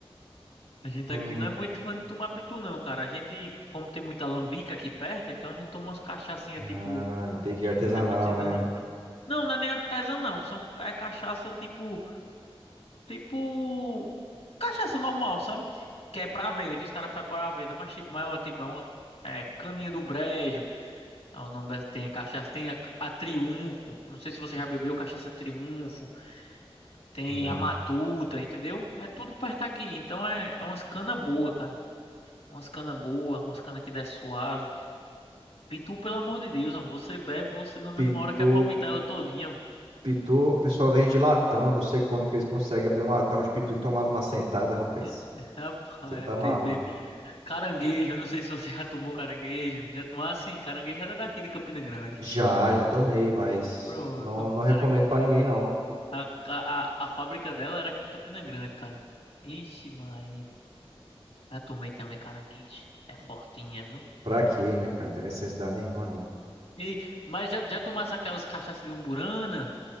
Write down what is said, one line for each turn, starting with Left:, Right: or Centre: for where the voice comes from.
Left: A gente
Right: Hum,
Left: aqui não é muito fã de tomar pitu, não, cara. A gente, como tem muita lambica aqui perto, então a gente toma umas cachaçinhas,
Right: Ah,
Left: tipo,
Right: entendi. Artesanal,
Left: cachaçinha
Right: né?
Left: de lambica. Não, não é nem artesã, não. São, é cachaça, tipo, tipo, cachaça normal, sabe? Que é pra venda, que os caras fazem pra venda, mas, tipo, mas, ó, tipo, é uma é, caninha do brejo, Ah, O nome tem cachaça, tem a, a Triunfo. Não sei se você já bebeu cachaça Triunfo. Tem
Right: Não.
Left: a Matuta, entendeu? É tudo perto aqui. Então é, é umas cana boa, cara. Umas cana boa, umas cana que desce suave. pitu pelo amor de Deus, mano, você bebe, você na mesma
Right: Pitu.
Left: hora quer vomitar ela todinha. mano.
Right: Pitu, o pessoal vende latão. Eu não sei como que eles conseguem abrir um latão de pitu e tomar numa sentada, rapaz.
Left: <laughs> Rapaz,
Right: Você tá
Left: é peso
Right: maluco.
Left: mesmo. Caranguejo, eu não sei se você <laughs> já tomou caranguejo. Já tomasse? Caranguejo era daqui de Campina Grande.
Right: Já, já tomei, mas
Left: Pronto.
Right: não, não recomendo
Left: Cara,
Right: pra ninguém, não.
Left: a, a, a a fábrica dela era aqui em Campina Grande, cara. Ixi, Maria. Já tomei também caranguejo. É fortinha, viu?
Right: Pra quê, né, cara? Tem necessidade nenhuma, não.
Left: E, mas já, já tomasse aquelas cachaças de umburana?